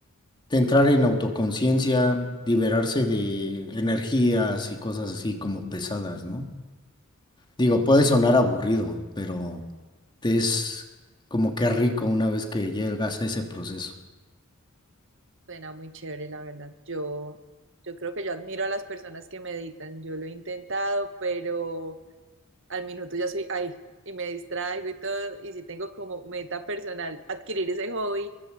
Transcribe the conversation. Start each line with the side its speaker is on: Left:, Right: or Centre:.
Left: de entrar en autoconciencia, liberarse de energías y cosas así como pesadas, ¿no? Digo, puede sonar aburrido, pero es como que rico una vez que llegas a ese proceso.
Right: Suena muy chévere, la verdad. Yo, yo creo que yo admiro a las personas que meditan. Yo lo he intentado, pero al minuto ya soy ahí y me distraigo y todo. Y sí tengo como meta personal adquirir ese hobby,